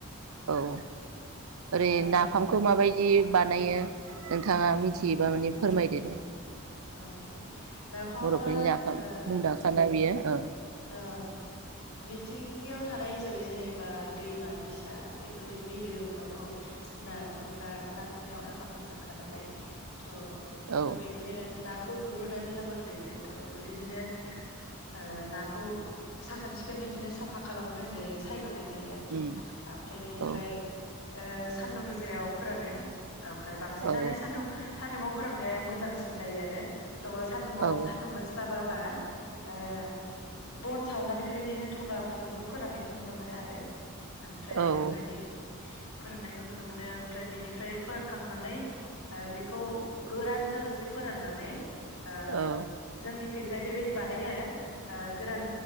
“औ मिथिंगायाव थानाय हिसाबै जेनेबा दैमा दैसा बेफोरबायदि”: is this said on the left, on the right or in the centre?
Left